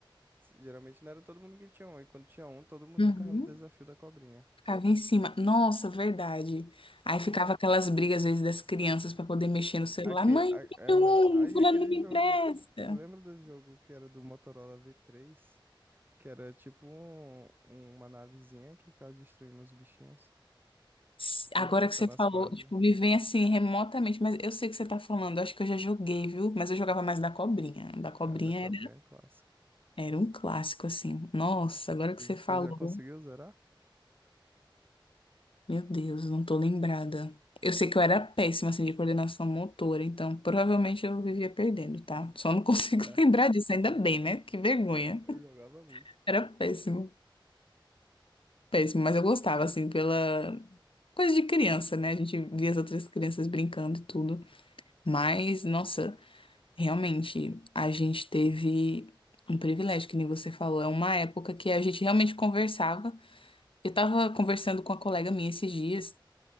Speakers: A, on the right; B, on the left.
A: s- geralmente não era todo mundo que tinha um. E quando tinha um, todo mundo
B: Uhum.
A: ficava no desafio da cobrinha.
B: Ficava em cima. Nossa, verdade. Aí ficava aquelas brigas, às vezes, das crianças para poder mexer no celular.
A: Aque,
B: Mãe,
A: a,
B: me
A: aham.
B: dá um,
A: Aí
B: fulano
A: aquele
B: não me
A: jogo,
B: empresta.
A: você lembra do jogo que era do Motorola V3? Que era tipo um- uma navezinha que ficava destruindo os bichinhos.
B: S-
A: Ia
B: Agora
A: passando
B: que você falou,
A: as fases,
B: tipo, me vem assim remotamente, mas eu sei o que você tá falando. Acho que eu já joguei, viu? Mas eu jogava mais da cobrinha. Da cobrinha
A: é, da cobrinha
B: era,
A: clássica.
B: era um clássico, assim. Nossa, agora
A: E
B: que você
A: você
B: falou,
A: já conseguiu zerar?
B: meu Deus, não tô lembrada. Eu sei que eu era péssima, assim, de coordenação motora, então provavelmente eu vivia perdendo, tá? Só não <laughs> consigo
A: <laughs>
B: lembrar disso, ainda bem, né? Que vergonha.
A: Eu jogava muito.
B: Era péssimo, péssimo, mas eu gostava, assim, pela coisa de criança, né? A gente via as outras crianças brincando e tudo. Mas, nossa, realmente, a gente teve um privilégio, que nem você falou. É uma época que a gente realmente conversava. Eu tava conversando com uma colega minha esses dias.